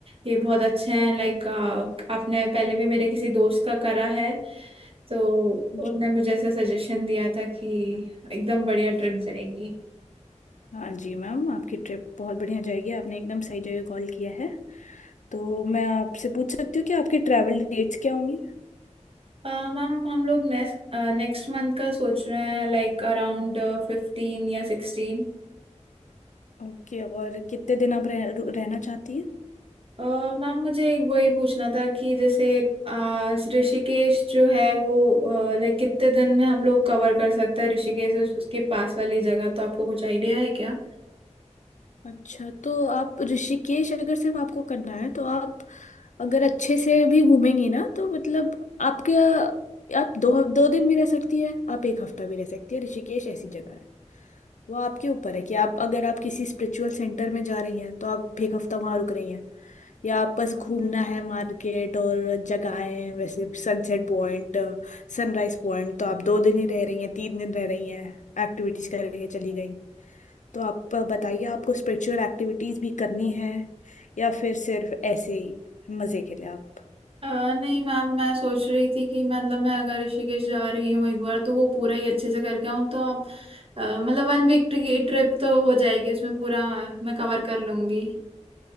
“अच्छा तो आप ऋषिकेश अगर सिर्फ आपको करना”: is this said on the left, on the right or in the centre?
Left